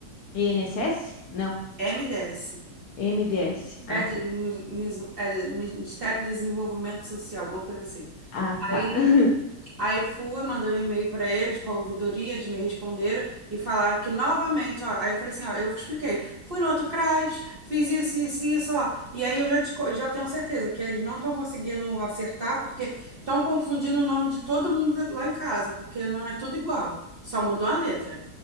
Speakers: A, on the left; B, on the right.
A: INSS? Não.
B: MDS,
A: MDS.
B: é,
A: Ah,
B: de-
A: tá.
B: mis- mis- é de- Ministério do Desenvolvimento Social, alguma coisa assim.
A: Ah,
B: Aí
A: tá. <laughs>
B: Aí fui, mandei um e-mail para eles, para a ouvidoria, eles me responderam e falaram que novamente, ó, aí eu falei assim, ó, eu expliquei, fui no outro CRAS, fiz isso, isso, isso, ó, e aí eu já, disco- já tenho certeza que eles não estão conseguindo acertar porque estão confundindo o nome de todo mundo lá em casa, porque o nome é tudo igual, só mudou a letra.